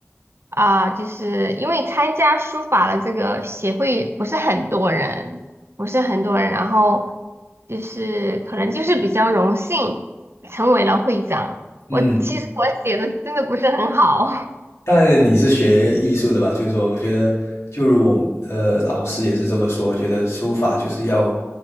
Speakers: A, on the right (about 60°); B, on the left (about 85°).
A: 啊，就是因为参加书法的这个协会不是很多人，不是很多人，然后就是可能就是比较荣幸成为了会长。
B: 嗯，
A: 我其实我写的真的不是很好
B: 但你是学艺术的吧？就是说，我觉得，就如我们呃老师也是这么说，我觉得书法就是要